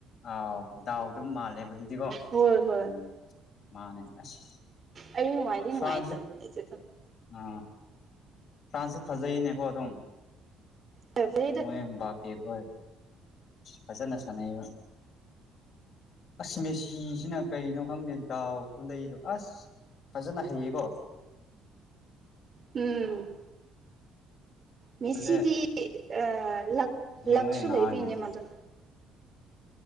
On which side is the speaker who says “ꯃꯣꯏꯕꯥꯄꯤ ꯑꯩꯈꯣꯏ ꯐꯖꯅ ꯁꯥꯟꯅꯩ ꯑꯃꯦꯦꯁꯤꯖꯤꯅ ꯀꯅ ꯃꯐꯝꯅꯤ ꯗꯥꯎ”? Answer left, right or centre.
Left